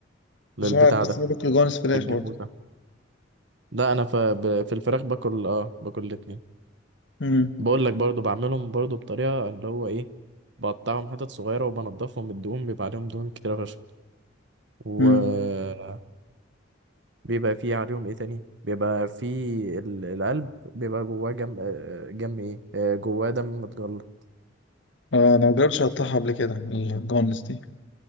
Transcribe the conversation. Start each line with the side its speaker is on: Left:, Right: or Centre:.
Right: للبتاع
Left: مش عارف بس
Right: ده
Left: انا باكل جوانس فراخ
Right: للجاموسة
Left: برضو
Right: لا أنا ف... ب- في الفراخ باكل اه باكل الاتنين
Left: مم.
Right: بقول لك برضو بعملهم برضو بطريقة اللي هو ايه بقطعهم حتت صغيرة وبنضفهم من الدهون بيبقى عليهم دهون كتيرة فشخ و
Left: مم.
Right: بيبقى فيه عليهم ايه تاني بيبقى فيه ال- القلب بيبقى جواه جم آه، جم ايه آه، جواه دم متجلط
Left: آه انا مجربتش اقطعها قبل كده الجوانس دي